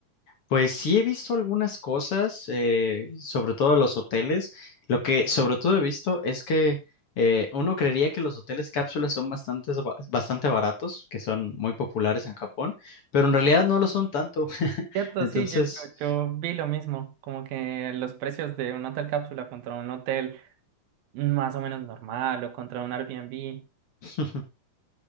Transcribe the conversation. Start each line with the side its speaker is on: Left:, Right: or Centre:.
Left: Pues sí he visto algunas cosas, eh, sobre todo de los hoteles. Lo que sobre todo he visto es que eh, uno creería que los hoteles cápsulas son bastante, bastante baratos, que son muy populares en Japón, pero en realidad no lo son tanto. <laughs>
Right: Cierto,
Left: Entonces,
Right: sí, yo, yo, yo vi lo mismo, como que los precios de un hotel cápsula contra un hotel más o menos normal o contra un Airbnb.
Left: <laughs>